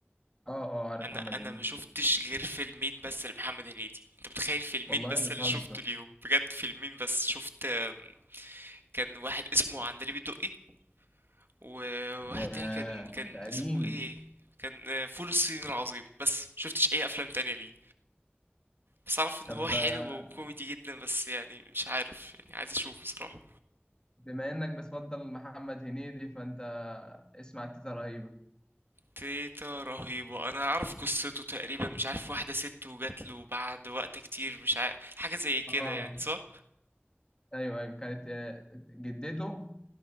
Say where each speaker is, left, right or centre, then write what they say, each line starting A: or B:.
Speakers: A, on the left (about 20°); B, on the right (about 60°).
A: اه اه عارف
B: انا
A: محمد
B: انا
A: هنيدي
B: ما شفتش غير فيلمين بس لمحمد هنيدي انت متخيل فيلمين
A: والله
B: بس
A: بتهزر
B: اللي شفته ليهم بجد فيلمين بس شفت آم، كان واحد اسمه عندليب الدقي وواحد
A: ياه
B: تاني كان كان
A: ده انت قديم
B: اسمه ايه كان آه، فول الصين العظيم بس شفتش اي افلام تانية ليه بس اعرف ان
A: طب
B: هو حلو
A: آه،
B: وكوميدي جدا بس يعني مش عارف يعني عايز اشوفه بصراحة
A: بما انك بتفضل محمد هنيدي فانت اسمع تيتا رهيبة
B: تيتا رهيبة انا اعرف قصته تقريبا مش عارف واحدة ست وجات له بعد وقت كتير مش عارف حاجة زي كده
A: اه
B: يعني صح
A: ايوه ايوه كانت آه، جدته